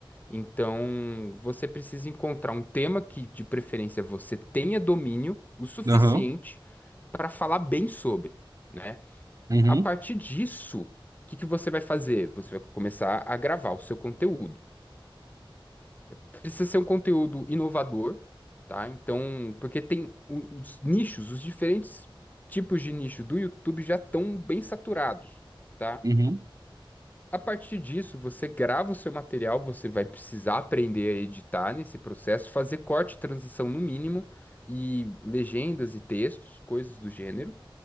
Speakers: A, on the left (about 20°); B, on the right (about 40°).
A: Então, você precisa encontrar um tema que, de preferência, você tenha domínio o suficiente
B: aham,
A: para falar bem sobre, né?
B: uhum,
A: A partir disso, o que que você vai fazer? Você vai começar a gravar o seu conteúdo. Precisa ser um conteúdo inovador, tá? Então, porque tem o- os nichos, os diferentes tipos de nicho do YouTube já estão bem saturados, tá?
B: uhum,
A: A partir disso, você grava o seu material, você vai precisar aprender a editar nesse processo, fazer corte, transição no mínimo, e legendas e textos, coisas do gênero.